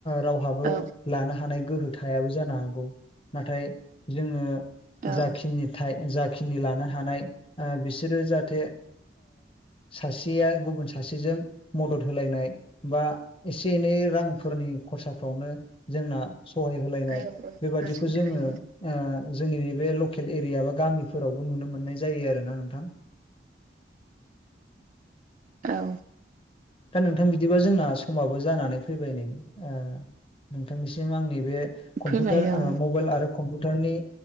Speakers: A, on the left; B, on the right.
A: रावहाबो
B: औ
A: लानो हानाय गोहो थायाबो जानो हागौ नाथाय जोंङो
B: औ
A: जाखिनि थ जाखिनि लानो हानाय बिसोरो जाहाथे सासेया गुबुन सासेजों मदद होलायनाय। बा एसे एनै रांफोरनि खरसाफ्रावनो जोंना सहाय होलायनाय
B: औ
A: बेबादिखौ
B: हारसिं
A: जोंङो
B: थायो
A: जोंनि बे लकेल एरिया बा गामि फोरावबो नुनो मोननाय जायो आरो ना नोंथां?
B: औव
A: दा नोंथां बिदिबा जोंना समाबो जानानै फैबाय नै नोंथांनिसिम आंनि बे कम्पिउटार
B: फैबाय औ
A: मबाइल आरो कम्पिउटारनि